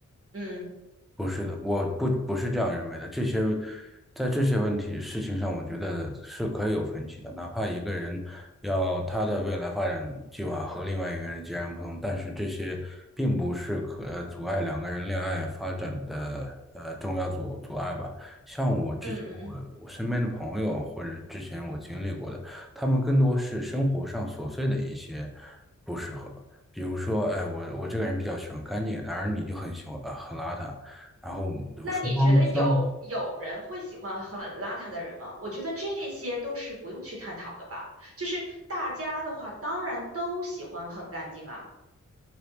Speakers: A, on the right (about 50°); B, in the centre.
A: 嗯
B: 不是的，我不不是这样认为的。这些在这些问题事情上，我觉得是可以有分歧的。哪怕一个人要他的未来发展计划和另外一个人截然不同，但是这些并不是可阻碍两个人恋爱发展的呃重要阻阻碍吧。像我之前我我身边的朋友或者之前我经历过的，
A: 嗯嗯嗯。
B: 他们更多是生活上琐碎的一些不适合。比如说，哎，我我这个人比较喜欢干净，而你就很喜欢呃很邋遢，然后双方双
A: 那你觉得有有人会喜欢很邋遢的人吗？我觉得这些都是不用去探讨的吧。就是大家的话，当然都喜欢很干净啊。